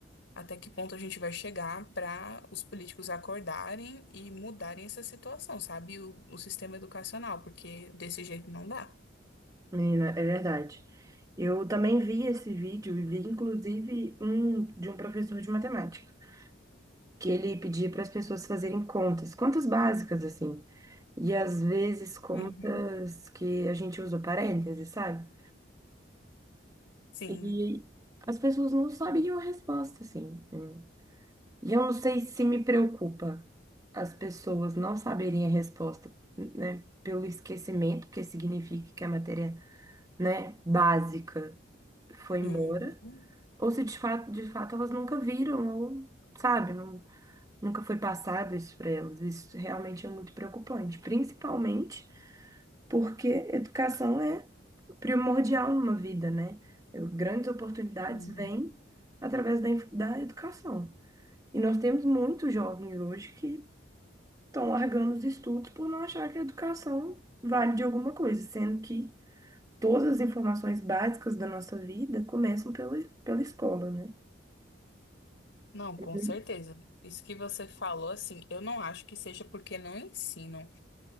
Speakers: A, on the left; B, on the right.
A: até que ponto a gente vai chegar pra os políticos acordarem e mudarem essa situação, sabe? O, o sistema educacional, porque desse jeito não dá.
B: menina, é verdade. Eu também vi esse vídeo e vi inclusive um de um professor de matemática, que ele pedia para as pessoas fazerem contas, contas básicas assim, e às vezes contas
A: Uhum.
B: que a gente usa parênteses, sabe?
A: Sim.
B: E as pessoas não sabiam a resposta, assim. né? E eu não sei se me preocupa as pessoas não saberem a resposta, né? Pelo esquecimento, que significa que a matéria né, básica. foi embora,
A: Uhum.
B: ou se de fato, de fato elas nunca viram, ou, sabe, não, nunca foi passado isso para elas. Isso realmente é muito preocupante, principalmente porque educação é primordial numa vida, né? Eu- Grandes oportunidades
A: Uhum.
B: vêm através da, inf- da educação. E nós temos muitos jovens hoje que estão largando os estudos por não achar que a educação vale de alguma coisa, sendo que todas as informações básicas da nossa vida começam pela, pela escola, né?
A: Não, com
B: Uhum.
A: certeza. Isso que você falou, assim, eu não acho que seja porque não ensinam.